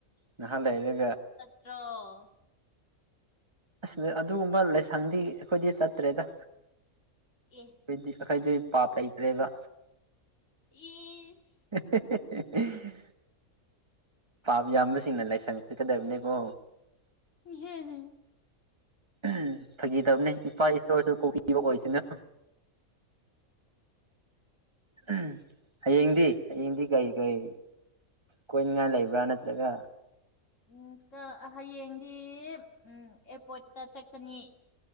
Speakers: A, on the right (about 20°); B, on the left (about 60°).
A: ꯅꯍꯥꯛ ꯂꯩꯔꯒ
B: ꯕ꯭ꯔꯣ
A: ꯑꯁ ꯑꯗꯨꯒꯨꯝꯕ ꯂꯥꯏꯁꯪꯗꯤ ꯑꯩꯈꯣꯏꯗꯤ ꯆꯠꯇ꯭ꯔꯦꯗ
B: ꯑꯦ
A: ꯗꯤ ꯑꯩꯈꯣꯏꯗꯤ ꯄꯥꯞ ꯂꯩꯇ꯭ꯔꯦꯗ
B: ꯏꯁ
A: ꯍꯦ ꯍꯦ ꯍꯦ ꯄꯥꯕ ꯌꯥꯝꯕꯁꯤꯡꯅ ꯂꯥꯏꯁꯪ ꯆꯠꯀꯗꯕꯅꯦꯀꯣ
B: ꯍꯦꯍ
A: ꯎ ꯐꯥꯈꯤꯗꯧꯕꯅꯦ ꯏꯄꯥ ꯏꯁꯣꯔꯁꯨ ꯀꯣꯛꯄꯤꯕ ꯑꯣꯏꯁꯤꯅ ꯎꯝ ꯍꯌꯦꯡꯗꯤ ꯍꯌꯦꯡꯗꯤ ꯀꯩ ꯀꯔꯤ ꯀꯣꯏꯅꯤꯡꯉꯥꯏ ꯂꯩꯕ꯭ꯔꯥ ꯅꯠꯇ꯭ꯔꯒ
B: ꯎꯝ ꯀ ꯑ ꯍꯌꯦꯡꯗꯤ ꯎꯝ ꯑꯦꯌꯥꯔꯄꯣꯔꯠꯇ ꯆꯠꯀꯅꯤ